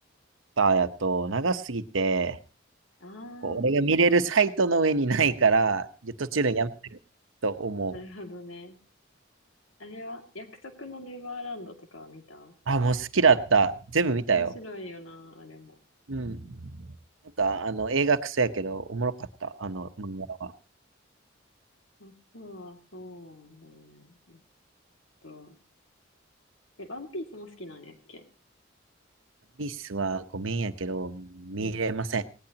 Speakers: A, on the right; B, on the left.
A: ターやと長すぎて、
B: ああ、
A: こう、俺が見れるサイトの上にないから、いや途中でやめてると思う。
B: なるほどね。あれは、約束のネバーランドとかは見た
A: あ、もう好きだった。全部見たよ。
B: 面白いよな、あれも。
A: うん。なんか、あの、映画クソやけど、おもろかった。あの、漫画は。
B: あとは、そうね。えっと、え、ワンピースも好きなんやっけ
A: ワースはごめんやけど、見れません。
B: うん。